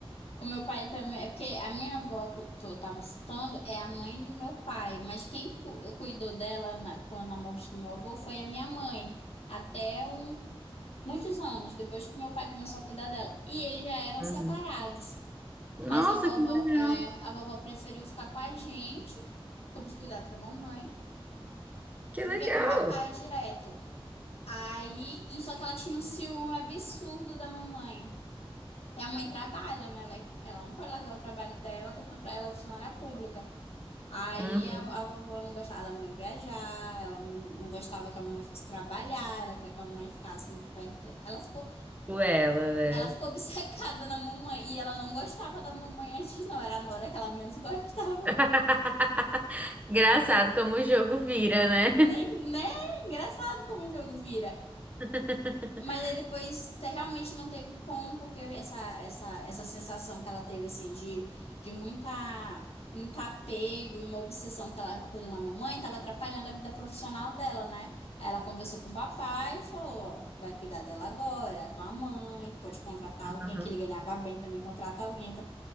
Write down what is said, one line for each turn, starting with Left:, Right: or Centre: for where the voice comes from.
Left: O meu pai também, é porque a minha avó que eu tô- eu tava citando é a mãe do meu pai, mas quem cu- cuidou dela na- quando na morte do meu avô foi a minha mãe, até um, muitos anos depois que meu pai começou a cuidar dela. E eles já eram
Right: Uhum.
Left: separados,
Right: Nossa,
Left: mas a vovó,
Right: que legal,
Left: é, a vovó preferiu ficar com a gente, sob os cuidados da mamãe,
Right: que
Left: do
Right: legal.
Left: que com o papai direto. Aí, e só que ela tinha um ciúme absurdo da mamãe. E a mãe trabalha, né? Ela, é, ela não pode largar o trabalho dela, até porque ela é funcionária pública. Aí
Right: Uhum.
Left: a, a vovó não gostava da mãe viajar, ela não, não gostava que a mamãe fosse trabalhar, ela queria que a mamãe ficasse muito perto. Ela ficou,
Right: Por ela, né?
Left: ela ficou obcecada na mamãe e ela não gostava da mamãe antes, não. Era a Nora que ela menos gostava.
Right: <laughs> Engraçado como o jogo vira, né?
Left: Nem, né? Engraçado como o jogo vira.
Right: <laughs>
Left: Mas aí depois te- realmente não teve como, porque essa, essa, essa sensação que ela teve, assim, de, de muita, muito apego e uma obsessão que ela cuidou da mamãe, estava atrapalhando a vida profissional dela, né? Aí ela conversou com o papai e falou, ó, vai cuidar dela agora, é a tua mãe, pode contratar
Right: Uhum.
Left: alguém, que ele ganhava bem também, contrata alguém